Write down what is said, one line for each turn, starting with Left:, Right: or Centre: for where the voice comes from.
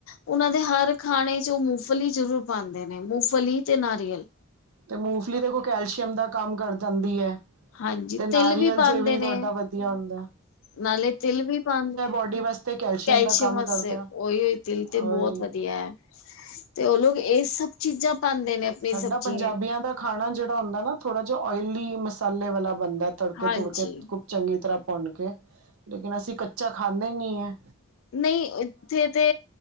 Left: ਓਹਨਾਂ ਦੇ ਹਰ ਖਾਣੇ ਚ ਉਹ ਮੂਫਲੀ ਜ਼ਰੂਰ ਪਾਂਦੇ ਨੇ, ਮੂਫਲੀ ਤੇ ਨਾਰੀਅਲ।
Right: 'ਤੇ ਮੂੰਗਫਲੀ ਦੇਖੋ ਕੈਲਸ਼ੀਅਮ ਦਾ ਕੰਮ ਕਰ ਜਾਂਦੀ ਐ
Left: ਹਾਂਜੀ
Right: 'ਤੇ ਨਾਰੀਅਲ
Left: ਤਿਲ ਪਾਉਂਦੇ
Right: ਜੇ ਵੀ
Left: ਨੇ
Right: ਤੁਹਾਡਾ ਬ ਜਾਂਦੈ।
Left: ਨਾਲੇ ਤਿਲ ਵੀ ਪਾਣ ਨੂੰ
Right: ਓਡੀ ਵਾਸਤੇ
Left: ਕੈਲਸ਼ੀਅਮ
Right: ਦਾ ਕੰਮ
Left: ਵਸੇ
Right: ਕਰਦਾ
Left: ਉਈ-ਉਈ ਤਿਲ
Right: ਉਹੀ
Left: 'ਤੇ ਬੋਤ ਵਧੀਆ ਐ। 'ਤੇ ਓ ਲੋਕ ਏ ਸਭ ਚੀਜ਼ਾਂ ਪਾਂਦੇ ਨੇ। ਆਪਣੀ
Right: ਸਾਡਾ
Left: ਸਬਜ਼ੀ
Right: ਪੰਜਾਬੀਆਂ ਦਾ ਖਾਣਾ ਜਿਹੜਾ ਹੁੰਦਾ ਨਾ ਥੋੜਾ ਜਾ ਓਇਲੀ, ਮਸਾਲੇ ਵਾਲਾ ਬਣਦੈ। ਤੜਕੇ
Left: ਹਾਂਜੀ
Right: ਤੁੜਕੇ ਕੁ ਚੰਗੀ ਤਰਾਂ ਭੁੰਨ ਕੇ, ਲੇਕਿਨ ਅਸੀਂ ਕੱਚਾ ਖਾਂਨੇ ਈ ਨੀ ਐ।
Left: ਨਈ ਇੱਥੇ 'ਤੇ